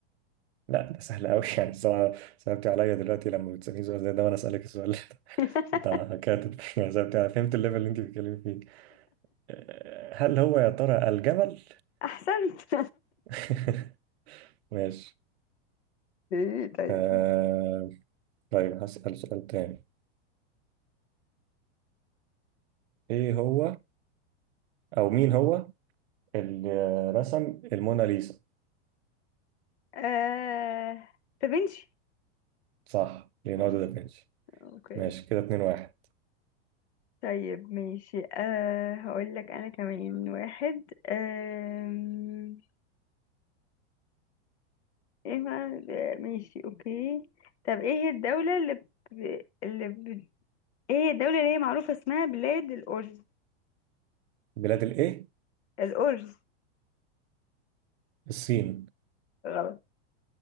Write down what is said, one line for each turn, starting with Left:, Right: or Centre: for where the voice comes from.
Right: لا ده سهل قوي <laughs> يعني الصراحه صعبت عليا دلوقتي لما بتسالني سؤال زي ده وانا اسالك السؤال
Left: <laughs>
Right: ده <laughs> انت كاتب يعني صعبت عليا. فهمت الليفل اللي انت بتتكلمي فيه أه، هل هو يا ترى الجمل؟
Left: احسنت
Right: <laughs> ماشي
Left: <laughs> ايه طيب
Right: أه... طيب هسأل سؤال تاني ايه هو او مين هو اللي رسم الموناليزا؟
Left: آه دافنشي
Right: صح ليوناردو
Left: <laughs>
Right: دافنشي
Left: اوكي
Right: ماشي كده 2 1
Left: طيب ماشي أه هقول لك انا كمان واحد أم، ايه ما آه، ماشي اوكي طب ايه هي الدولة اللي ب... اللي ب... ايه هي الدولة اللي هي معروفة اسمها بلاد الأرز
Right: بلاد الايه؟
Left: الأرز
Right: الصين
Left: غلط